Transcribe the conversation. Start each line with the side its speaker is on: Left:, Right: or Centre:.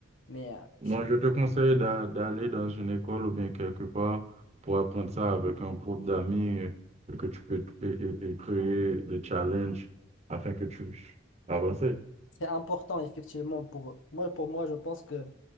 Left: mais euh,
Right: Non,
Left: je trouve que
Right: je te conseille d'a- d'aller dans une école ou bien quelque part pour apprendre ça avec un groupe d'amis euh, et que tu peux t- et, et- et créer des challenges afin que tu puisses avancer.
Left: c'est important effectivement pour moi. Pour moi, je pense que